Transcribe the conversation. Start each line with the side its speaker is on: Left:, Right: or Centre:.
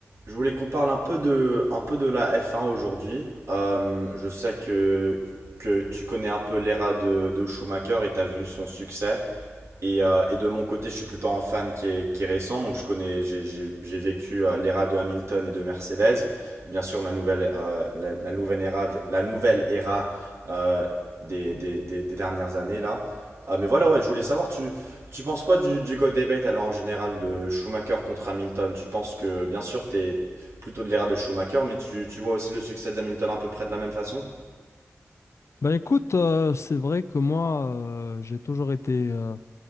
Right: Je voulais qu'on parle un peu de, un peu de la F1 aujourd'hui. Euh, je sais que, que tu connais un peu l'ère de, de Schumacher et tu as vu son succès. Et, euh, et de mon côté, je suis plutôt un fan qui est, qui est récent, donc je connais, j'ai, j'ai, j'ai vécu euh, l'ère de Hamilton et de Mercedes. Et bien sûr, la nouvelle, euh, la, la nouvelle ère, de- la nouvelle ère euh, des, des, des, des dernières années là. Ah, mais voilà, ouais, je voulais savoir, tu, tu penses quoi du, du Go Debate alors en général de Schumacher contre Hamilton? Tu penses que, bien sûr, t'es plutôt de l'ère de Schumacher, mais tu, tu vois aussi le succès d'Hamilton à peu près de la même façon?
Left: Ben écoute, euh, c'est vrai que moi, euh, j'ai toujours été, euh,